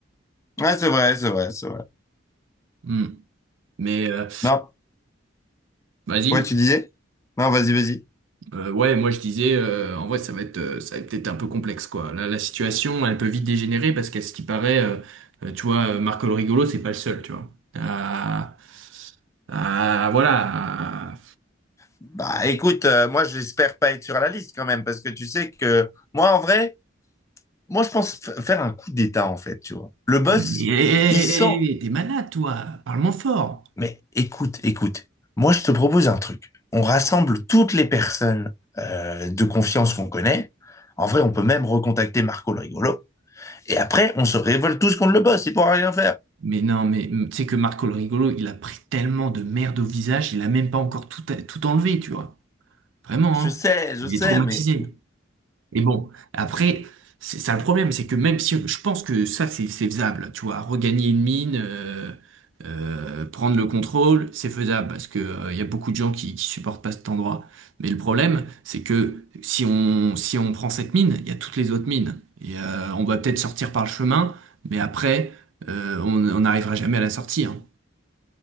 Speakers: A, on the left (about 15°); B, on the right (about 75°).
A: Ouais, c'est vrai, c'est vrai, c'est vrai.
B: Hmm. Mais euh,
A: Non,
B: vas-y.
A: ouais, tu disais? Non, vas-y, vas-y.
B: Euh, ouais, moi je disais, euh, en vrai, ça va être, euh, ça va être peut-être un peu complexe, quoi. La, la situation, elle peut vite dégénérer parce qu'à ce qui paraît, euh, euh, tu vois, euh, Marco le rigolo, c'est pas le seul, tu vois. Ah, ah, voilà. Ah,
A: Bah écoute, euh, moi j'espère pas être sur la liste quand même, parce que tu sais que moi en vrai, moi je pense f- faire un coup d'État en fait, tu vois. Le boss,
B: Mais hé,
A: il sent...
B: hé, hé, hé, t'es malade, toi. Parle-moi fort.
A: Mais écoute, écoute, moi je te propose un truc. On rassemble toutes les personnes euh, de confiance qu'on connaît. En vrai, on peut même recontacter Marco le rigolo. Et après, on se révolte tous contre le boss, il pourra rien faire.
B: Mais non, mais hum, tu sais que Marco le rigolo, il a pris tellement de merde au visage, il a même pas encore tout, tout enlevé, tu vois. Vraiment,
A: Je
B: hein.
A: sais, je
B: Il
A: sais,
B: est traumatisé.
A: mais...
B: Et bon, après, c'est c'est un problème, c'est que même si je pense que ça, c'est c'est faisable, tu vois, regagner une mine, euh, euh, prendre le contrôle, c'est faisable parce que euh, il y a beaucoup de gens qui, qui supportent pas cet endroit. Mais le problème, c'est que si on si on prend cette mine, il y a toutes les autres mines et euh, on va peut-être sortir par le chemin, mais après, euh, on on n'arrivera jamais à la sortie. hein.